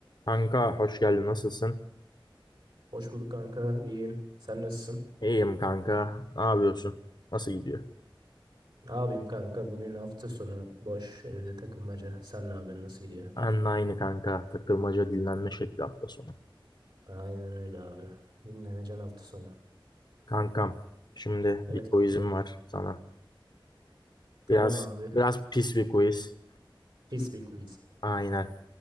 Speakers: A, on the left; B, on the right.
A: Kanka hoş geldin nasılsın?
B: Hoş bulduk kanka. iyiyim Sen nasılsın?
A: İyiyim kanka. Ne yapıyorsun? Nasıl gidiyor?
B: Ne yapayım kanka? Bugün hafta sonu boş evde takılmaca. Sen ne yapıyorsun? Nasıl gidiyor?
A: Ben de aynı kanka. Takılmaca dinlenme şekli hafta sonu.
B: Aynen öyle abi. Dinleneceksin hafta sonu.
A: Kankam şimdi
B: Evet
A: bir quizim
B: kankam.
A: var sana.
B: Tamam
A: Biraz
B: abi.
A: biraz pis bir quiz.
B: Pis bir quiz.
A: Aynen.